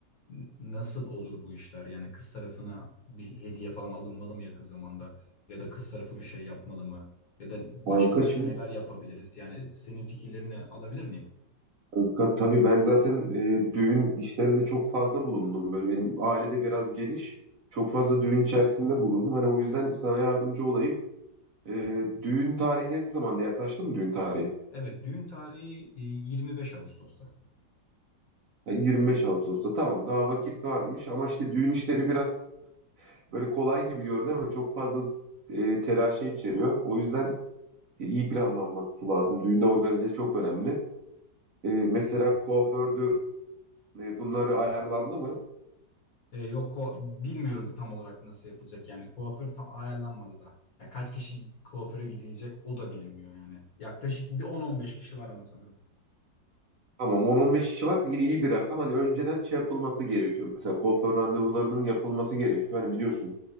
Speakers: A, on the left; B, on the right.
A: N- Nasıl olur bu işler? Yani kız tarafına bir hediye falan alınmalı mı yakın zamanda? Ya da kız tarafı bir şey yapmalı mı? Ya da başka
B: Kanka
A: başka
B: şimdi
A: neler yapabiliriz? Yani senin fikirlerini alabilir miyim?
B: kanka, tabii ben zaten e, düğün işlerinde çok fazla bulundum. Böyle benim aile de biraz geniş. Çok fazla düğün içerisinde bulundum. Hani o yüzden sana yardımcı olayım. E, düğün tarihi ne zamanda yaklaştı mı düğün tarihi?
A: Evet, düğün tarihi e, 25 Ağustos'ta.
B: Yani 25 Ağustos'ta tamam daha vakit varmış ama işte düğün işleri biraz böyle kolay gibi görünüyor ama çok fazla e, telaşı içeriyor. O yüzden e, iyi planlanması lazım. Düğünde organize çok önemli. E, mesela
A: Evet.
B: kuafördür e, bunları ayarlandı mı?
A: E, yok ko- bilmiyorum tam olarak nasıl yapılacak yani kuaför tam ayarlanmadı da. Ya kaç kişi kuaföre gidilecek o da bilinmiyor yani. Yaklaşık bir 10-15 kişi var ama sanırım.
B: Tamam 10-15 kişi varsa yine iyi bir rakam. Hani önceden şey yapılması gerekiyor. Mesela kuaför randevularının yapılması gerekiyor. Hani biliyorsun